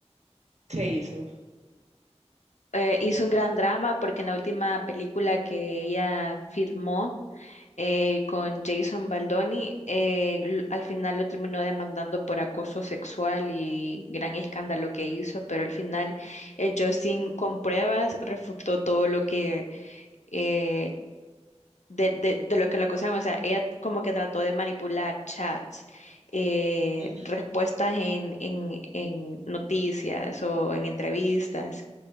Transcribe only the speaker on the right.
Se hizo.
Ujú,